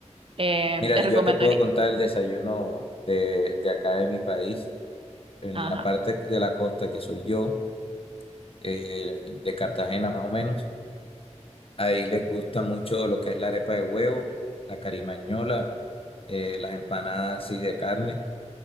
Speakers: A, on the right; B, on the left.
A: Eh,
B: Mira,
A: te
B: yo
A: recomendaría,
B: te puedo contar el desayuno de, de acá de mi país, en
A: ajá,
B: la parte de la costa que soy yo. eh, de Cartagena más o menos. Ahí les gusta mucho lo que es la arepa de huevo, la carimañola, eh, las empanadas así de carne,